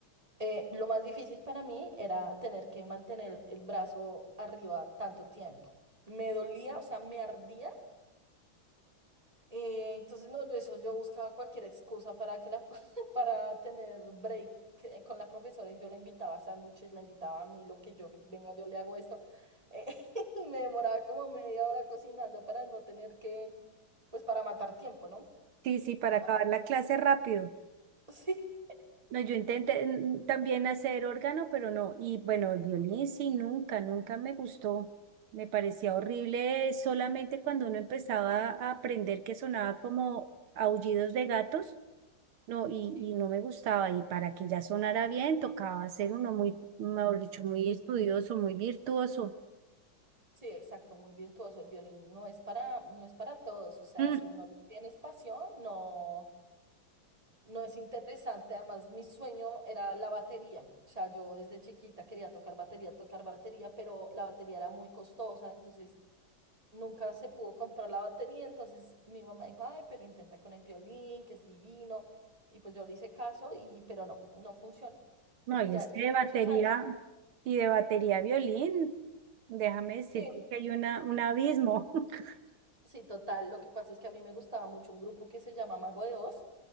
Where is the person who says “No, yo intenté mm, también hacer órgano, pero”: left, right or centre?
Right